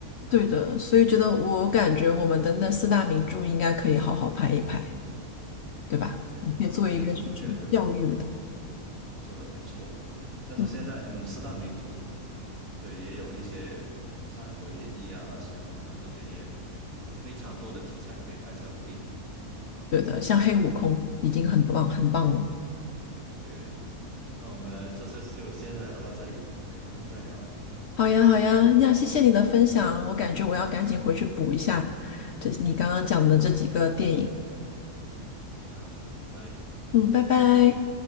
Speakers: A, on the left (about 60°); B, on the right (about 65°).
A: 对的，所以觉得我感觉我们的那四大名著应该可以好好拍一拍，对吧？
B: 对，
A: 你可以做一个什么教育的，
B: 我也这么觉得，你说的没错。但是现在，
A: 嗯，
B: 嗯，四大名著，嗯，对，也有一些《三国演义》啊，《水浒传》这些，也有非常多的题材可以拍成电影。
A: 对的，像黑悟空已经很棒很棒了。
B: 对，那我们这次就先聊到这里吧，我们有空再聊。
A: 好呀，好呀，呀，谢谢你的分享，我感觉我要赶紧回去补一下这你刚刚讲的这几个电影。
B: 好的，拜拜。
A: 嗯，拜拜。